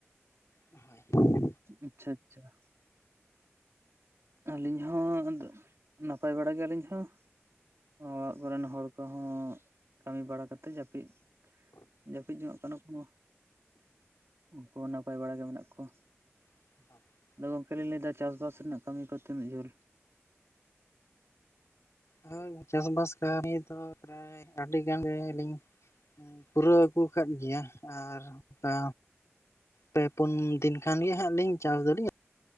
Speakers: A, on the left; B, on the right.
A: ᱦᱳᱭ।
B: ᱟᱪᱪᱷᱟᱼᱟᱪᱪᱷᱟ। ᱟᱹᱞᱤᱧ ᱦᱚᱸ ᱟᱫᱚ ᱱᱟᱯᱟᱭ ᱵᱟᱲᱟ ᱜᱮᱭᱟᱞᱤᱧ ᱦᱚᱸ। <unintelligible> ᱦᱚᱲ ᱠᱚᱦᱚᱸ, ᱠᱟᱹᱢᱤ ᱵᱟᱲᱟ ᱠᱟᱛᱮᱜ <inaudible> ᱡᱟᱹᱯᱤᱫ, ᱡᱟᱹᱯᱤᱫ ᱡᱚᱝᱟᱜ ᱠᱟᱱᱟ ᱠᱚ᱾ ᱩᱱᱠᱩ ᱦᱚᱸ ᱱᱟᱯᱟᱭ ᱵᱟᱲᱟ ᱜᱮ ᱢᱮᱱᱟᱜ ᱠᱚᱣᱟ᱾
A: <unintelligible>
B: ᱟᱫᱚ ᱜᱚᱝᱠᱮ ᱞᱤᱧ ᱞᱟᱹᱭ ᱫᱟ ᱪᱟᱥ-ᱵᱟᱥ ᱨᱮᱱᱟᱜ ᱠᱟᱹᱢᱤ ᱠᱚ ᱛᱤᱱᱟᱹᱜ ᱡᱷᱟᱹᱞ᱾
A: ᱦᱳᱭ ᱪᱟᱥᱵᱟᱥ ᱠᱟᱹᱢᱤ ᱫᱚ ᱯᱨᱟᱭ ᱟᱹᱰᱤ ᱜᱟᱱ ᱜᱮᱞᱤᱧ ᱯᱩᱨᱟᱹᱣ ᱟᱹᱜᱩ ᱟᱠᱟᱫ ᱜᱮᱭᱟ ᱟᱨ ᱚᱱᱠᱟ ᱯᱮ ᱯᱩᱱ ᱫᱤᱱ ᱠᱷᱟᱱ ᱜᱮ ᱦᱟᱸᱜ ᱞᱤᱧ ᱪᱟᱥ <unintelligible>